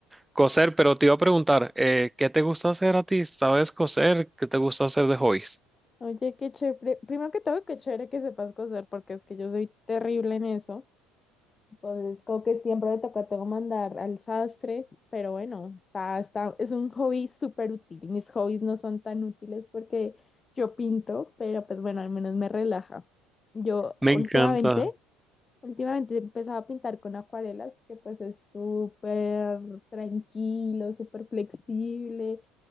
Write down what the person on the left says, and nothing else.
Oye, qué chévere. Primero que todo, qué chévere que sepas coser, porque es que yo soy terrible en eso. Entonces, como que siempre me toca tengo que mandar al sastre, pero bueno, está, está, es un hobby súper útil. Mis hobbies no son tan útiles porque yo pinto, pero pues bueno, al menos me relaja. Yo
últimamente,
últimamente he empezado a pintar con acuarelas, que pues es súper tranquilo, súper flexible.